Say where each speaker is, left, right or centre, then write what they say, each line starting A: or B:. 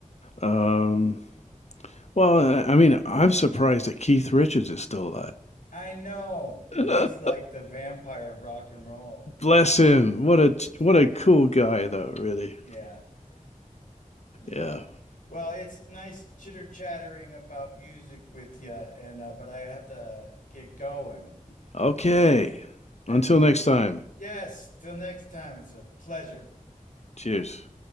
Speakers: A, on the left; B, on the left.
A: Um, well, I I mean, I'm surprised that Keith Richards is still
B: I know.
A: alive.
B: He's like the vampire of rock and roll.
A: <laughs> Bless him. What a what a cool guy, though. Really.
B: Yeah. Yeah.
A: Yeah.
B: Well, it's nice chitter chattering about music with you and uh but I have to get going.
A: Okay.
B: Maybe
A: Until
B: we can
A: next time.
B: Yes, till next time. It's a pleasure.
A: Cheers.